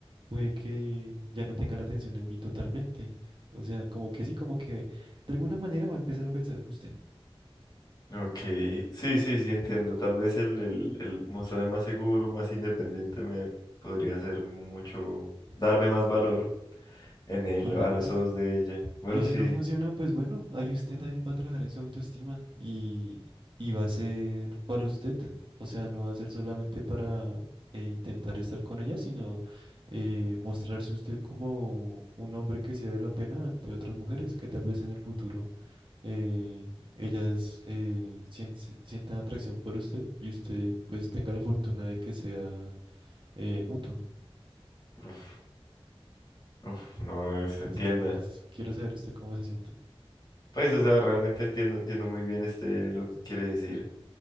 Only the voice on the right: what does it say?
puede que ya no tenga la atención en mí totalmente. O sea, como que sí, como que de alguna manera va a empezar a pensar en usted,
¿correcto?
Y
si no funciona, pues bueno, ahí usted también va a trabajar en su autoestima y, y va a ser para usted. O sea, no va a ser solamente para eh, intentar estar con ella, sino eh, mostrarse usted como un hombre que sea de la pena ante otras mujeres que tal vez en el futuro eh, ellas eh, sien- se- sientan atracción por usted y usted pues tenga la fortuna de que sea eh, mutuo.
Entonces,
no, pues quiero saber usted cómo se siente.